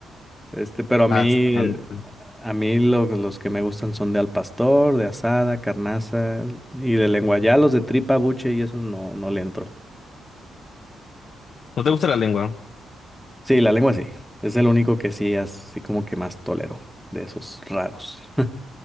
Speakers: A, in the centre; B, on the left.
A: Este, pero a mí,
B: Bastante.
A: a mí lo- los que me gustan son de al pastor, de asada, carnaza y de lengua. Ya los de tripa, buche y esos no, no le entro.
B: ¿No te gusta la lengua?
A: Sí, la lengua sí. Es el único que sí, así como que más tolero de esos raros. <laughs>